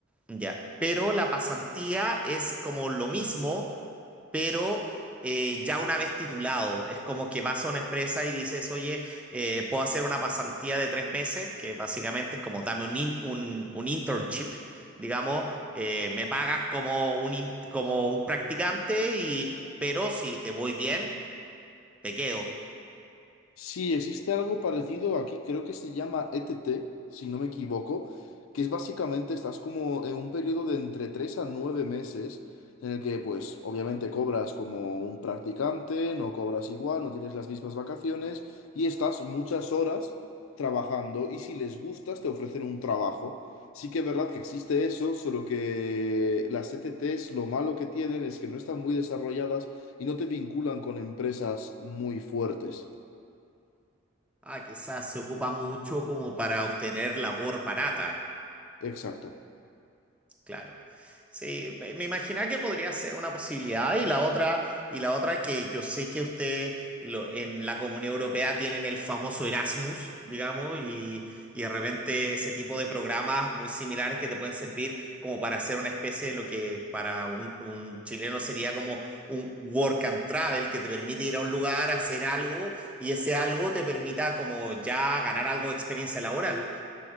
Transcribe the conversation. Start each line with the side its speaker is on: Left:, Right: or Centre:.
Centre: Ya, pero la pasantía es como lo mismo, pero eh, ya una vez titulado. Es como que vas a una empresa y dices, oye, eh, puedo hacer una pasantía de tres meses, que básicamente es como dame un, in- un, un internship, digamos, eh, me pagas como un, in- como un practicante, y, pero si te voy bien, te quedo.
Left: Sí, existe algo parecido aquí, creo que se llama ETT, si no me equivoco, que es básicamente estás como en un periodo de entre 3 a 9 meses en el que pues obviamente cobras como un practicante, no cobras igual, no tienes las mismas vacaciones y estás muchas horas trabajando y si les gustas te ofrecen un trabajo. Sí que es verdad que existe eso, solo que las ETTs lo malo que tienen es que no están muy desarrolladas y no te vinculan con empresas muy fuertes.
Centre: Ah, quizás se ocupa mucho como para obtener labor barata.
Left: Exacto.
Centre: Claro. Sí, me me imaginaba que podría ser una posibilidad y la otra, y la otra que yo sé que ustedes lo- en la Comunión Europea tienen el famoso Erasmus, digamos, y, y de repente ese tipo de programas muy similares que te pueden servir como para hacer una especie de lo que para un, un chileno sería como un work and travel que te permite ir a un lugar, hacer algo y ese algo te permita como ya ganar algo de experiencia laboral.